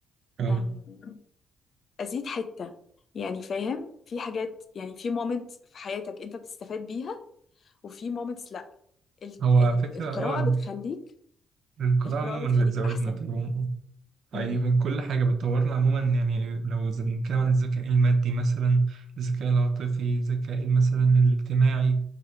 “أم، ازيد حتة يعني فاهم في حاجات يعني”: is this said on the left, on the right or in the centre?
Left